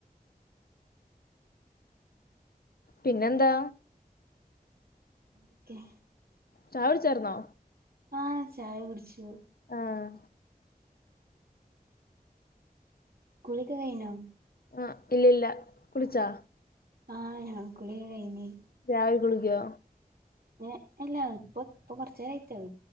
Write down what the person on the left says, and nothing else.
പിന്നെന്താ
ചായ കുടിച്ചായിരുന്നോ
ആഹ്
ആഹ് ഇല്ല ഇല്ല കുളിച്ചാ
രാവിലെ കുളിക്കുവോ